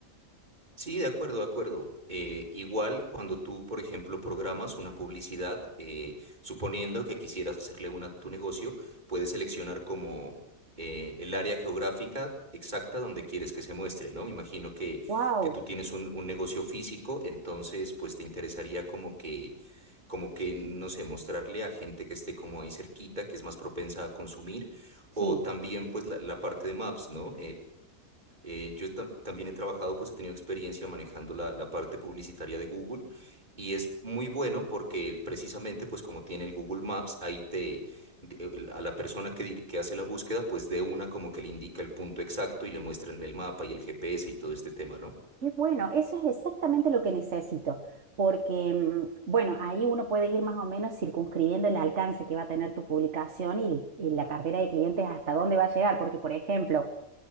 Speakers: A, on the right; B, on the right.
A: Sí, de acuerdo, de acuerdo. Eh, igual cuando tú, por ejemplo, programas una publicidad, eh, suponiendo que quisieras hacerle una a tu negocio, puedes seleccionar como eh, el área geográfica exacta donde quieres que se muestre, ¿no? Me imagino que,
B: Wow,
A: que tú tienes un, un negocio físico, entonces pues te interesaría como que, como que, no sé, mostrarle a gente que esté como ahí cerquita, que es más propensa a consumir,
B: sí.
A: o también pues la, la parte de Maps, ¿no? Eh, yo ta- también he trabajado, pues he tenido experiencia manejando la, la parte publicitaria de Google y es muy bueno porque precisamente, pues como tiene el Google Maps, ahí te, de- el- a la persona que, dir- que hace la búsqueda, pues de una como que le indica el punto exacto y le muestra en el mapa y el GPS y todo este tema, ¿no?
B: Qué bueno, eso es exactamente lo que necesito, porque, mm, bueno, ahí uno puede ir más o menos circunscribiendo el alcance que va a tener tu publicación y, y la cartera de clientes hasta dónde va a llegar, porque, por ejemplo,